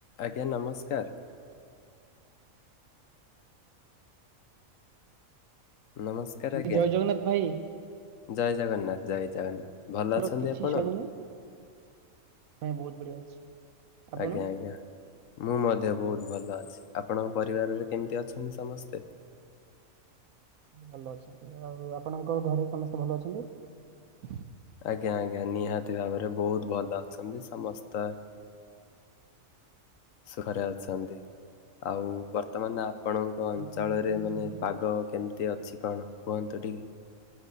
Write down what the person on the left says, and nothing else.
ଆଜ୍ଞା ନମସ୍କାର ନମସ୍କାର ଆଜ୍ଞା
ଜୟ ଜଗନ୍ନାଥ ଜୟ ଜଗନ୍ନାଥ ଭଲ ଅଛନ୍ତି
ଆପଣ?
ଆଜ୍ଞା ଆଜ୍ଞା ମୁଁ ମଧ୍ୟ ବହୁତ ଭଲ ଅଛି ଆପଣଙ୍କ ପରିବାରରେ କେମିତି ଅଛନ୍ତି ସମସ୍ତେ
ଆଜ୍ଞା ଆଜ୍ଞା ନିହାତି ଭାବରେ ବହୁତ ଭଲ ଅଛନ୍ତି ସମସ୍ତେ ସୁଖରେ ଅଛନ୍ତି ଆଉ ବର୍ତ୍ତମାନ ଆପଣଙ୍କ ଅଞ୍ଚଳରେ
ମାନେ
ପାଗ କେମିତି ଅଛି କଣ କୁହନ୍ତୁ ଟିକେ